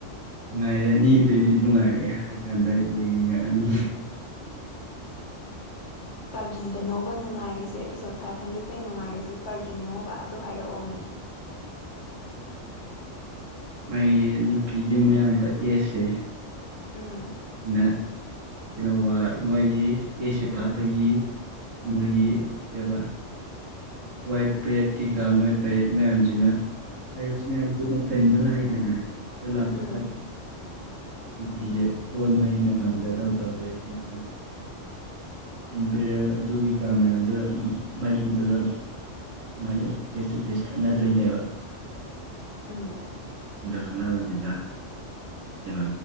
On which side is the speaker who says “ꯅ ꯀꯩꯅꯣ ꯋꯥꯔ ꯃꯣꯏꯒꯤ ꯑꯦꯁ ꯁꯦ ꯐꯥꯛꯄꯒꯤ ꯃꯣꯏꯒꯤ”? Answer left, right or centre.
Right